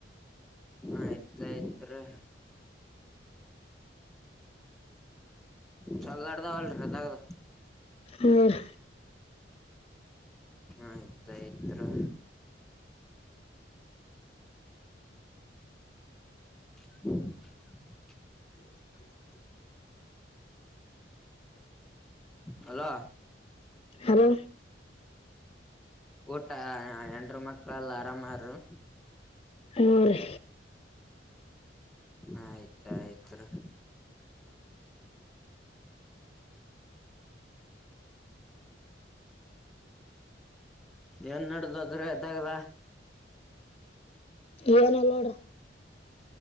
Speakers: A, in the centre; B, on the left.
A: ಆಯ್ತಾ ಆಯ್ತ್ರಿ ಚೋಲ್ ನಡದವಲ್ರಿ ದಗದ
B: ಹ್ಞೂ ರೀ
A: ಆಯ್ತಾ ಆಯ್ತ್ರಿ <inaudible>
B: <inaudible>
A: ಹಲೋ
B: ಹಲೋ
A: ಊಟ ಎಂಡರು ಮಕ್ಕಳಲ್ಲ ಆರಾಮಾರರು
B: ಹ್ಮ್ಮ್ ರಿ
A: ಆಯ್ತ ಆಯ್ತ ರಿ <inaudible> ಏನ್ ನಡ್ದ ಅದ್ರಿ ದಗದ
B: ಏನಲ್ಲ ನೋಡ್ರ